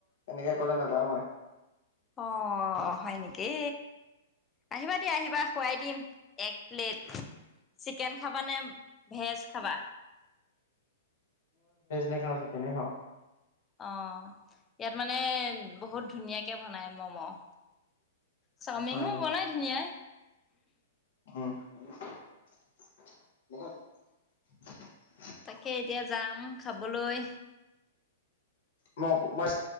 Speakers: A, on the left (about 60°); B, on the left (about 20°).
A: এনেকে কলে নাযাওঁ মই
B: অ হয় নেকি আহিবা দিয়া আহিবা খুৱাই দিম এক প্লেট চিকেন খাবা নে ভেজ খাবা
A: নেখাওঁ চিকেনে খাওঁ
B: অ ইয়াত মানে বহুত ধুনীয়াকে বনাই মম' চাওমিনো
A: হয় নি?
B: বনাই ধুনীয়াই
A: উম
B: তাকে এতিয়া যাম খাবলৈ
A: ম প মছ্